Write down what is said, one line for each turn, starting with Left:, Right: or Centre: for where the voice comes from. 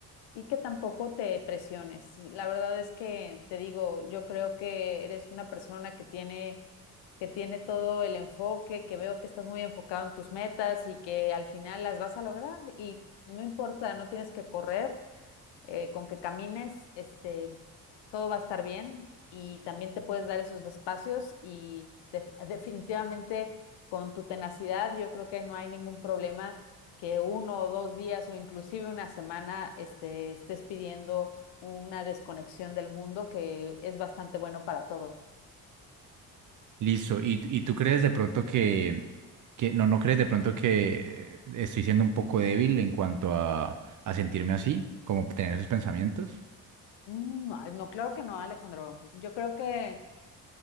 Left: Y que tampoco te presiones. La verdad es que te digo, yo creo que eres una persona que tiene, que tiene todo el enfoque, que veo que estás muy enfocado en tus metas y que al final las vas a lograr. Y no importa, no tienes que correr, eh, con que camines, este, todo va a estar bien y también te puedes dar esos espacios y def- definitivamente con tu tenacidad yo creo que no hay ningún problema que uno o dos días o inclusive una semana este, estés pidiendo una desconexión del mundo que es bastante bueno para todos.
Right: Listo. ¿Y, y tú crees de pronto que, que, no, no crees de pronto que estoy siendo un poco débil en cuanto a, a sentirme así, como tener esos pensamientos?
Left: Mm, No, no, claro que no, Alejandro. Yo creo que